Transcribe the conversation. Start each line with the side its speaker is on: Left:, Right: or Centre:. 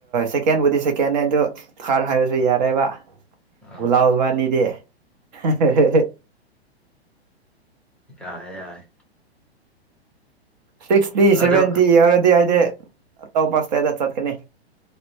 Right: ꯁꯦꯀꯦꯟꯕꯨꯗꯤ ꯁꯦꯀꯦꯟꯅꯦ ꯑꯗꯨ ꯊꯥꯔꯠ ꯍꯥꯏꯔꯁꯨ ꯌꯥꯔꯦꯕ꯫
Centre: ꯑꯥ
Right: ꯨꯒꯨꯂꯥꯎ ꯏꯕꯅꯤꯗꯤ ꯍꯦꯍꯦ꯫
Centre: ꯌꯥꯑꯦ ꯌꯥꯑꯦ꯫
Right: ꯁꯤꯛꯁꯇꯤ ꯁꯦꯚꯦꯟꯇꯤ
Centre: ꯑꯗꯣ
Right: ꯌꯧꯔꯗꯤ ꯑꯩꯗꯤ ꯑꯇꯣꯞꯄ ꯏꯁꯇꯦꯠꯇ ꯆꯠꯀꯅꯤ꯫